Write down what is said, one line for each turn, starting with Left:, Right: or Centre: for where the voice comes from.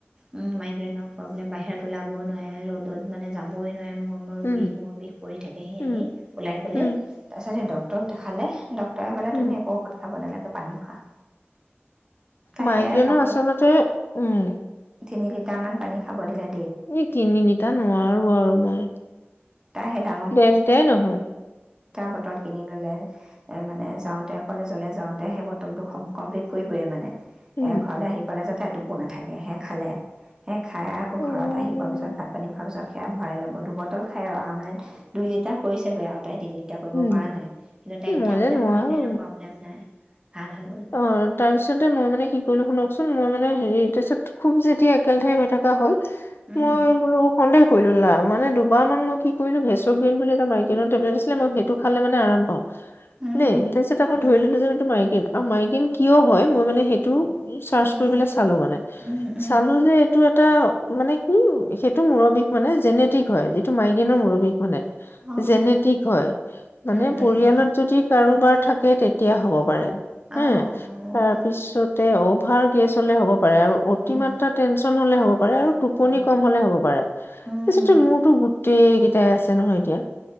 Right: উম মাইগ্ৰেইনৰ প্ৰব্লেম বাহ বত ওলাবও নোৱাৰে ৰ'দত মানে যাবই নোৱাৰে মোৰ মূৰ
Left: উম,
Right: বিষ মূৰ বিষ পৰি থাকে সি
Left: উম,
Right: আহি ওলাই গ'লে
Left: উম,
Right: তাৰপাছতহে দক ড্টক দেখালে ড তই ক'লে
Left: উম,
Right: তুমি একো ঔষধ খাব নালাগে পানী খোৱা তাহে
Left: মাইকনো
Right: পানী
Left: আচলতে উম
Right: তিনি লিটাৰ মান পানী খাব দিলে
Left: এই তিনিলিটা নোৱাৰো আৰু মই
Right: ব তটা
Left: ডেৰ লিটাই নহয়।
Right: বটল কিনি ল'লে মানে যাওঁতে কলেজলৈ যাওঁতে সেই বটলটো কমপ্লিট কৰিবই মানে
Left: উম,
Right: এ ঘৰলে আহি ে যাতে এটো পো নাথাকে সে খালে খাই আকৌ
Left: উম,
Right: ঘৰত আহি পোৱাৰ পিছত ভাত পানী খোৱাৰ পিছত খে ভৰাই ল'ব দুবটল খাই আৰু মানে দুই লিটাৰ কৰিছেগৈ আৰু তাই তিনি লিটাৰ কৰিব
Left: উম,
Right: পৰা নাই কিন্তু তাই এতিয়া
Left: মই
Right: বোলে
Left: যে নোৱাৰো
Right: প্ৰলেম নাই ভাল হৈ গ'ল
Left: অ উম তাৰ পিছতে মই মানে সেইটো োন মই মানে হেৰি তাৰপিছত খুব যেতিয়া একেলহে হৈ থকা হ'ল
Right: উম
Left: মই বোলো সন্দেহ কৰি ললা আৰু মানে দুবাৰ মান মই কি কৰিলোঁ ভেচু গিণ বুলি এটা মাৰি ক টেবলেট আছিলে মই সেইটো খালে মেনে আৰাম পাওঁ
Right: উম
Left: দেই তাৰপিছত আকৌ
Right: উম
Left: ধৰি ললো যে মাৰি কি কিয় হয় মই মানে সেইটো চাৰ্চ
Right: উম
Left: কৰিবলে চালো মানে
Right: উম উম উম উম
Left: চালো যে এইটো এটা মানে কি সেইটো মুৰৰ বিষ মানে জেনেটিক হয় যিটো মাইগ্ৰেনৰ মুৰব্বীক মানে
Right: উম
Left: জেনেটিক হয় মানে
Right: উম উম
Left: পৰিয়ালত
Right: উম
Left: যদি কাৰোবাৰ থাকে তেতিয়া হ'ব পাৰে
Right: অ',
Left: হা
Right: অ',
Left: তাৰপিছতে অ ৰ গেছ হ'লে হ'ব আৰু অতিমাত্ৰা
Right: উম,
Left: টেনচন হ'লে হ'ব আৰু টোপনি
Right: হ'ব
Left: কম হলে হ'ব পাৰে
Right: উম,
Left: পিছতটো মুৰটো গোটেই এটাই আছে নহয় এতিয়া